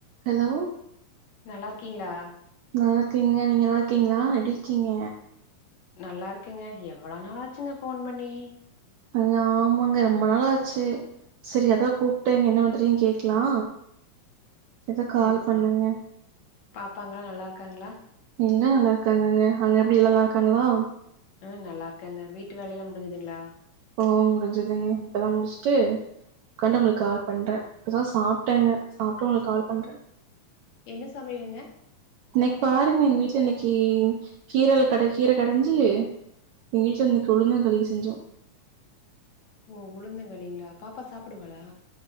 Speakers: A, on the right; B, on the left.
A: ஹலோவ்
B: நல்லா இருக்கீங்களா
A: நல்ல இருக்கீங்க நீங்க நல்லா இருக்கீங்களா எப்டிருக்கீங்க
B: நல்லா இருக்குங்க எவ்வளோ நாளாச்சுங்க போன் பண்ணி
A: அங்க ஆமாங்க ரொம்ப நாளாச்சு செரி அதா கூப்ட்டே இங்க என்ன பண்றீங் கேக்கலா அதா கால்
B: செரி
A: பண்ணங்க
B: செரி பாப்பாங்களா நல்லா இருக்காங்களா
A: இங்க நல்லா இருக்காங்கங்க அங்க எப்டி எல்லா நல்லா இருக்காங்களா
B: ம் நல்லா இருக்காங்க வீட்டு வேலயெல்லா முடிஞ்சுதுங்களா
A: ஓ முடிஞ்சுதுங்க இப்பதா முட்ச்ட்டு உக்காண்டு உங்களுக்கு கால் பண்றே இப்போதா சாப்ட்டேங்க சாப்ட்டு உங்களுக்கு கால் பண்றே
B: என்ன சமையலுங்க
A: இன்னைக்கி பாருங்க எங்க வீட்ல இன்னைக்கி கீரல் கட கீர கடைஞ்சு எங்க வீட்டுல இன்னக்கி உழுந்தங்களி செஞ்சொ
B: ஓ உளுந்தங்களிங்களா பாப்பா சாப்புடுவாளா